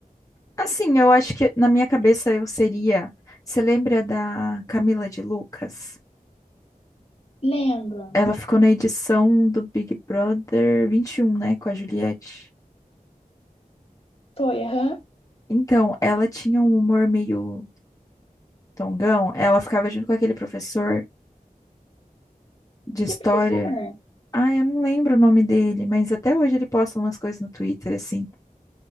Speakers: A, on the left; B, on the left.
A: Assim, eu acho que na minha cabeça eu seria. Você lembra da Camila de Lucas?
B: Lembro.
A: Ela ficou na edição do Big Brother 21, né, com a Juliette.
B: Foi, aham.
A: Então, ela tinha um humor meio tongão. Ela ficava junto com aquele professor de história.
B: Que professor?
A: Ah, eu não lembro o nome dele, mas até hoje ele posta umas coisas no Twitter, assim.